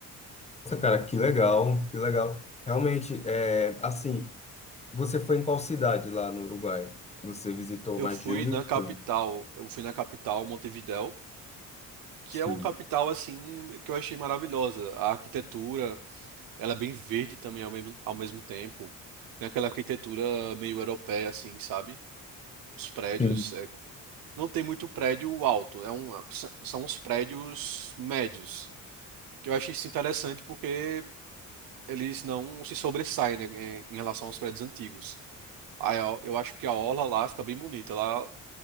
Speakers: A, on the left (about 20°); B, on the right (about 75°).
A: Nossa, cara, que legal, que legal. Realmente, é, assim, você foi em qual cidade lá no Uruguai? Você visitou
B: Eu
A: mais
B: fui
A: de Eu- um?
B: na capital,
A: Foi?
B: eu fui na capital, Montevidéu. que
A: Sim.
B: é uma capital assim que eu achei maravilhosa. A arquitetura, ela é bem verde também ao mesmo, ao mesmo tempo. Tem aquela arquitetura meio europeia assim, sabe? Os prédios,
A: Sim.
B: é, não tem muito prédio alto, é um, s- são os prédios médios. Que eu achei isso interessante porque eles não se sobressaem, né, em em relação aos prédios antigos. Aí a- eu acho que a orla lá fica bem bonita. Lá,